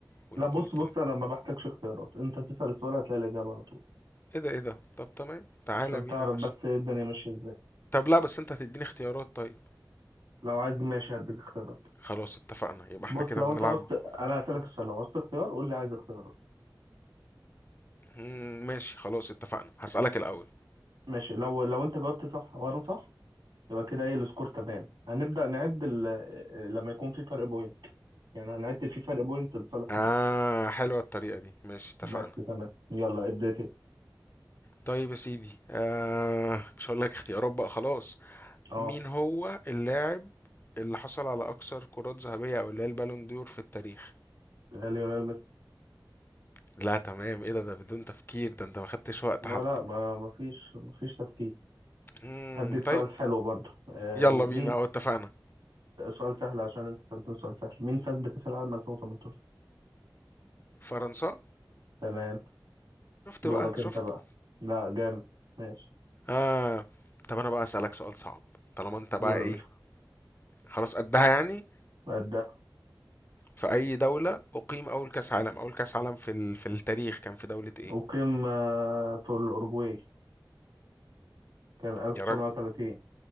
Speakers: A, on the left (about 25°); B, on the right (about 80°).
A: والاتنين
B: لا بص
A: التانيين
B: بص أنا ما بحتاجش اختيارات أنت تسأل السؤال هتلاقي الإجابة على طول
A: ايه ده ايه ده طب تمام تعالى
B: عشان
A: بينا
B: تعرف
A: يا باشا
B: بس إيه الدنيا ماشية إزاي
A: طب لا بس انت هتديني اختيارات طيب
B: لو عايز ماشي هديك اختيارات
A: خلاص اتفقنا يبقى احنا
B: بص
A: كده
B: لو
A: بنلعب
B: انت عاوز ت- انا هسألك السؤال لو عاوزت اختيار قول لي عايز اختيارات
A: مم، ماشي خلاص اتفقنا هسألك الأول
B: ماشي لو لو انت جاوبت صح وانا صح يبقى كده ايه السكور تمام هنبدأ نعد ال... لما يكون في فرق بوينت يعني هنعد في فرق بوينت لصالح
A: آه
B: مين
A: حلوة الطريقة دي ماشي اتفقنا
B: بس تمام يلا ابدأ انت.
A: طيب يا سيدي آه مش هقول لك اختيارات بقى خلاص
B: اه
A: مين هو اللاعب اللي حصل على اكثر كرات ذهبية او اللي هي البالون دور في التاريخ
B: لا ليونيل ميسي
A: لا تمام ايه ده ده بدون تفكير ده انت ما خدتش وقت
B: ولا
A: حتى
B: ما ما فيش ما فيش تفكير
A: امم
B: هديك
A: طيب
B: سؤال حلو برضو آه
A: يلا بينا
B: مين
A: اه اتفقنا
B: سؤال سهل عشان انت سألتني سؤال سهل مين فاز بكأس العالم 2018
A: فرنسا
B: تمام
A: شفت
B: دورك
A: بقى شفت
B: انت بقى لا جامد ماشي
A: اه طب انا بقى اسالك سؤال صعب طالما انت بقى
B: قول يا
A: ايه خلاص قدها يعني
B: باشا
A: في اي دولة اقيم اول كاس عالم اول كاس عالم في ال... في التاريخ كان في دولة ايه
B: أقيم آه، في الأورجواي كان 1930
A: يا راجل